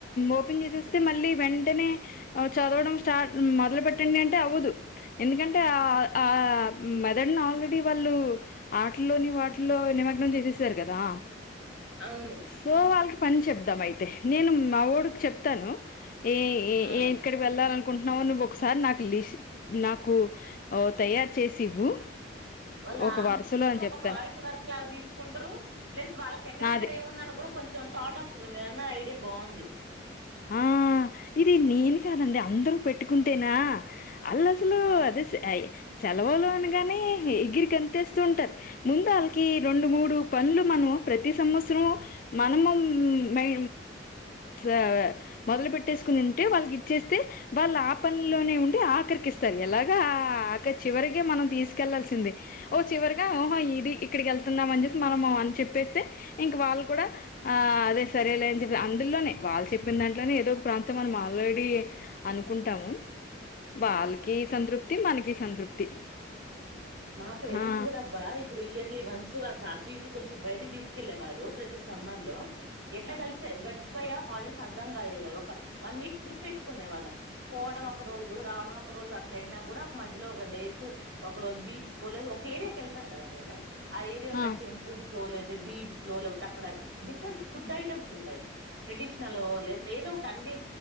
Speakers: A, on the left (about 45°); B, on the right (about 70°).
A: ఓపెన్ చేసేస్తే మళ్ళీ వెంటనే ఔ చదవడం స్టార్ట్ మొదలు పెట్టండి అంటే అవ్వదు ఎందుకంటే ఆ ఆ మెదడునాల్రెడీ వాళ్ళు ఆటల్లోని వాటిల్లో నిమగ్నం చేసేసారు కదా
B: అవును.
A: సో వాల్ కి పని చెప్దాం అయితే నేను మా ఓడుకి చెప్తాను ఏ
B: ఆ!
A: ఏ ఇక్కడికి వెళ్ళాల అనుకుంటున్నావో నువ్వు ఒకసారి నాకు లిస్ నాకు తయారు చేసి ఇవ్వు
B: వాళ్ళు
A: ఒక
B: ఆ
A: వరుసలో
B: వి
A: అని
B: ఒక
A: చెప్తాను
B: ప్రాజెక్ట్ వర్క్ లాగా తీసుకుంటరు. ప్లస్ వాళ్ళకి ఎక్కడెక్కడ,
A: నాదే
B: ఏముందని కూడా కొంచెం థాట్ వస్తుంది మీరన్నా ఐడియా బాగుంది.
A: ఆ ఇది నేను కాదండి అందరూ పెట్టుకుంటేనా అల్ల అసలు
B: ఆ!
A: అది సేఫ్టీ సెలవులు అనగానే ఎగిరిగంతేస్తూ ఉంటారు. ముందు వాళ్ళకి రెండు మూడు పనులు మన ప్రతి సంవత్సరం మనము మ ఆ మొదలు పెట్టేసుకుని ఉంటే వాళ్ళకి ఇచ్చేస్తే వాళ్ళ ఆపనిలోనే ఉంటే అ ఆఖరికి ఇస్తారు ఎలాగా ఆకరి చివరిగా మనం తీసుకెళ్లాల్సిందే ఓ చివరిగా ఇది ఇక్కడికి వెళ్తున్నాం అని చెసి మనం అని చెప్పేస్ ఇంక వాళ్ళు కూడా ఆ అదే సరేలే అని చెప్పేస్ అందులోనే వాళ్ చెప్పింది దాంట్లోనే ఏదో ఒక ప్రాంతం మనం ఆల్రెడీ అనుకుంటాము. వాళ్ళకి సంతృప్తి మనకి సంతృప్తి.
B: మా పేరెంట్స్
A: హా
B: కూడా అబ్బా ఇప్పుడు ఇయర్లీ వన్స్ అట్లా సీటు కొంచెం బయటకి తీసుకెళ్ళేవారు. ప్రతి సమ్మర్ లో ఎట్లా గడిచే గడిచిపోయా హాలిడేస్ అర్ధం కాయలేదు. క ఒక వన్ వీక్ ట్రిప్ పెట్టుకునే వాళ్ళం. పోవడం ఒక రోజు రావడం ఒక రోజు అట్ల అయినా, కూడా ఒక మధ్యలో ఒక డేస్ ఒక రోజు బీచ్ స్కూల్ ఒక ఏరియా కెళ్తాం కదా నీవు ఆ ఏరియా ఉన్న
A: హా
B: టెంపుల్స్లో బీచ్ లో లేకపోతే, అక్కడ డిఫరెంట్ ఫుడ్ ఐటమ్స్ ఉంటాయి. ట్రెడిషనల్ లేకపోతే, ఏదో ఒకటి అన్ని